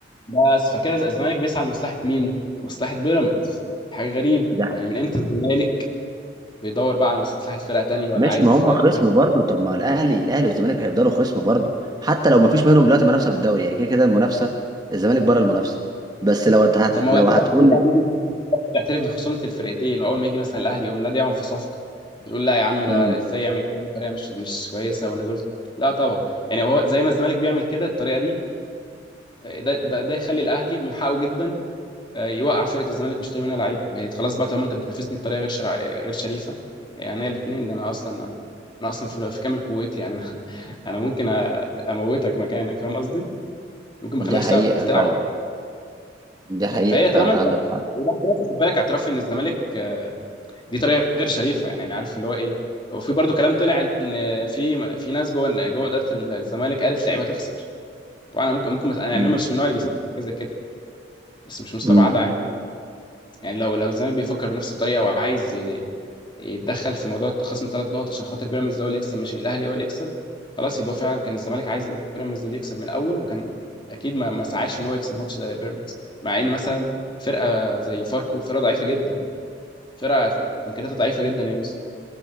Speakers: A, on the left (about 25°); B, on the right (about 20°).
A: بس فكده الزمالك بيسعى لمصلحه مين؟ لمصلحه بيراميدز حاجه غريبه
B: ده
A: يعني من امتى الزمالك بيدور بقى على مصلحه فرقه تانيه ولا
B: ماشي
A: عايز
B: ما هم
A: فرقه
B: خصم برضه طب ما الاهلي الاهلي والزمالك هيفضلوا خصم برضه حتى لو ما فيش منهم دلوقتي منافسة في الدوري يعني كده كده المنافسة الزمالك بره المنافسة بس لو هت... هت-
A: طب ما هو
B: لو
A: ليه
B: هتقول
A: بقى ليه بقى
B: لي
A: بيجي تعترف بخصومه الفرقتين واول ما يجي مثلا الاهلي يقوم لادعهم في صفقه بتقول لا يا عم ده
B: امم
A: ازاي يعمل كده بطريقه مش مش كويسه وان دول لا طبعا يعني هو زي ما الزمالك بيعمل كده الطريقه دي آه، ده ده, ده يخلي الاهلي من حقه جدا آه، يوقع فرقه الزمالك ويشتري منها لعيب ما هي خلاص بقى طالما انت بتنافسني بطريقه غير شرع... غير شريفه يعني هي الاثنين ده انا اصلا انا اصلا في, في كامل قوتي يعني <laughs> انا ممكن أ- اموتك مكانك فاهم قصدي ممكن ما
B: ده
A: اخليكش
B: حقيقة
A: تعرف
B: فعلا
A: تلعب أصلاً.
B: ده حقيقة
A: فهي
B: فعلا
A: طالما انت
B: عندك حق
A: وده اعتراف خد بالك اعتراف ان الزمالك آه، دي طريقه غير شريفه يعني عارف اللي هو ايه وفي برضو كلام طلع ان في في ناس جوه جوه اداره الزمالك قالت اللعيبه تخسر طبعا انا ممكن ممكن مس- يعني
B: امم
A: انا مش من النوع اللي بيساعد حاجه زي كده بس مش مستبعده
B: امم
A: عادي يعني لو لو الزمالك بيفكر بنفس الطريقه وعايز ي- يتدخل في موضوع التخاصم ثلاث نقط عشان خاطر بيراميدز هو اللي يكسب مش الاهلي هو اللي يكسب خلاص يبقى فعلا كان الزمالك عايز بيراميدز اللي يكسب من الاول وكان اكيد ما ما سعاش ان هو يكسب ماتش زي بيراميدز مع ان مثلا فرقه زي فاركو فرقه ضعيفه جدا فرقه خ- امكانياتها ضعيفه جدا يا يوسف